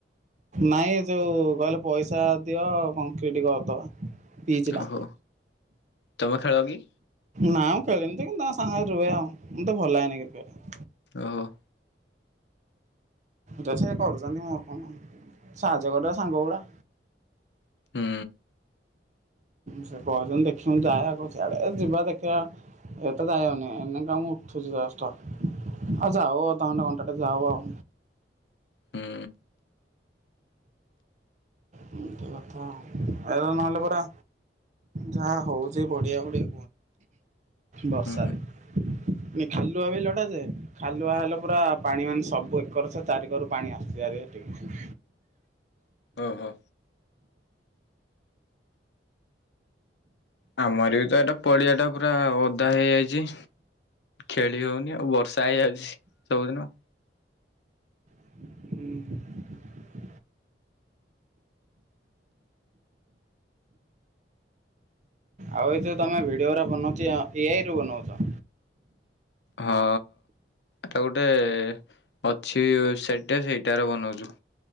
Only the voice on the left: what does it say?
ଓହୋ ତମେ ଖେଳ କି।
ଓହୋ।
ହୁଁ।
ହୁଁ
ହୁଁ ହୁଁ
ଓହୋ। ଆମର ବି ତ ଏଟା ପଡିଆ ଟା ପୁରା ଓଦା ହେଇଯାଇଛି। ଖେଳି ହଉନି ଆଉ ବର୍ଷା ହେଇଯାଉଛି ସବୁଦିନ।
ହଁ ତା ଗୋଟେ ଅଛି ୱେବସାଇଟ ଟେ ସେଇଟାର ବନାଉଛୁ।